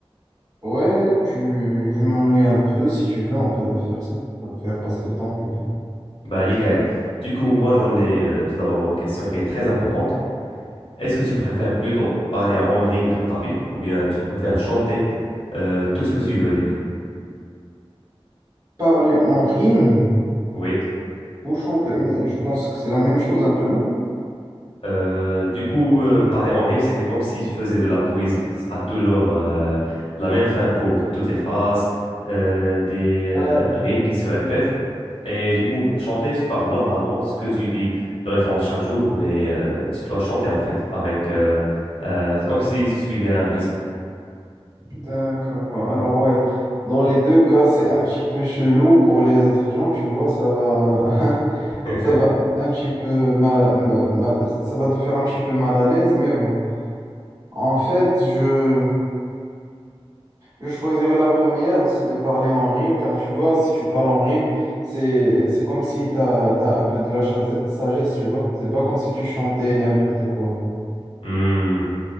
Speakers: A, on the right (about 35°); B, on the left (about 60°).
A: Ouais, tu, je m'ennuie un peu. Si tu veux, on peut faire ça. Pour faire passer le temps, tu vois.
B: Bah, nickel. Du coup, moi, j'en ai euh, tout d'abord une question qui est très importante. Est-ce que tu préfères plutôt parler en rime toute ta vie ou bien tu préfères chanter euh, tout ce que tu veux dire?
A: Parler en rime
B: Oui.
A: ou chanter. Mais je pense que c'est la même chose un peu, non?
B: Euh, du coup, euh, parler en rime, c'est comme si tu faisais de la poésie. Ce sera toujours euh, la même fin pour toutes les phrases, euh, des euh,
A: Ah, d'accord.
B: rimes qui se répètent. Et du coup, chanter, tu parles normalement ce que tu dis de référence chaque jour, mais euh, tu dois chanter en fait, avec euh, euh, c'est comme si tu suivais un rythme.
A: D'accord. Alors, ouais. Dans les deux cas, c'est un petit peu chelou. Pour les autres gens, tu vois, ça va. <laughs>
B: <laughs>
A: Ça va être un petit peu mal, mal- mal- Ça va te faire un petit peu mal à l'aise. Mais bon. En fait, je. Je choisirais la première, c'est de parler en rime, car tu vois, si tu parles en rime, c'est c'est comme si tu as, un peu de la chase- sagesse, tu vois. C'est pas comme si tu chantais n'importe quoi.
B: Hmm.